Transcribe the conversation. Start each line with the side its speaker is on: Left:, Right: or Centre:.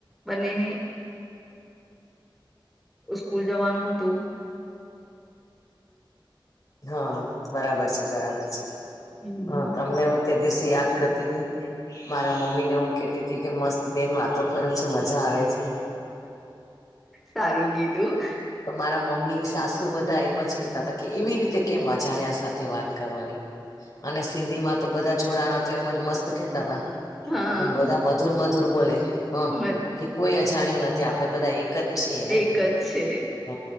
Centre: બને ને ઉસ્કૂલ જવાનું હતું.
Left: હ બરાબર છે, બરાબર છે.
Centre: હમ
Left: હા તમને હું તે દિવસે યાદ કરતી રિ મારા મમ્મી ને હું કેતી તી કે મસ્ત બેન વાતો કરે છે મજા આવે છે.
Centre: સારું કીધું
Left: તો મારા મમ્મી સાસુ બધા એમ જ કેતા તા કે એવી રીતે કેમ અજાણ્યા સાથે વાત કરવાની. અને સિંધી માં તો બધા જોડાણા તો એમજ મસ્ત કેતા હતા
Centre: હા
Left: એમ વધા ધૂર મધૂર બોલે હ
Centre: મત-
Left: કે કોઈ અજાણ્યું નથી આપડે બધા એક જ છીએ ને
Centre: એક જ છે
Left: હ